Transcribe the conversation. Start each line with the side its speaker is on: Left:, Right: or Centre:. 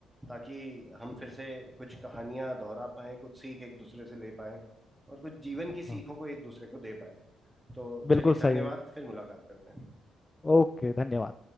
Centre: ताकि हम फिर से कुछ कहानियां दोहरा पाएं कुछ सीख एक दूसरे से ले पाएं और कुछ जीवन की सीखों
Left: हाँ
Centre: को एक दूसरे को दे पाएं तो
Left: बिल्कुल
Centre: चलिए धन्यवाद
Left: सही है
Centre: फिर मुलाकात करते हैं
Left: ओके धन्यवाद